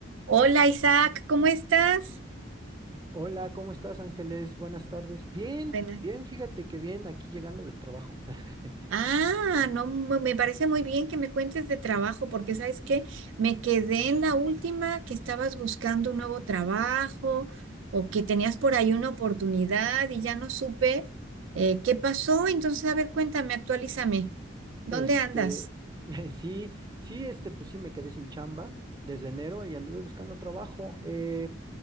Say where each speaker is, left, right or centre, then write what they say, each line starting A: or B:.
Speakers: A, on the right; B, on the right.
A: Hola Isaac, ¿cómo estás?
B: Hola, ¿cómo estás, Ángeles? Buenas tardes. Bien,
A: Buenas.
B: bien, fíjate que bien, aquí llegando del trabajo. <laughs>
A: Ah, no, mu- me parece muy bien que me cuentes de trabajo, porque sabes que me quedé en la última que estabas buscando un nuevo trabajo o que tenías por ahí una oportunidad y ya no supe eh, qué pasó. Entonces, a ver, cuéntame, actualízame. ¿Dónde
B: Este,
A: andas?
B: <laughs> sí, sí, este, pues sí, me quedé sin chamba desde enero y anduve buscando trabajo. Eh,